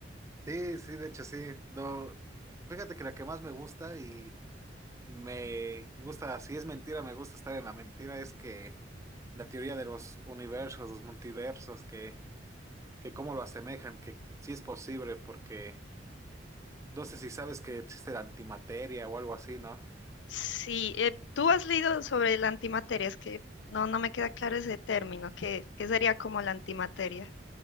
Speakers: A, on the right; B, on the left.
A: sí, sí, de hecho sí. No, fíjate que la que más me gusta y me gusta, si es mentira, me gusta estar en la mentira, es que la teoría de los universos, los multiversos, que, que cómo lo asemejan, que sí es posible, porque no sé si sabes que existe la antimateria o algo así, ¿no?
B: Sí, eh, tú has leído sobre la antimateria, es que no, no me queda claro ese término, ¿qué, qué sería como la antimateria?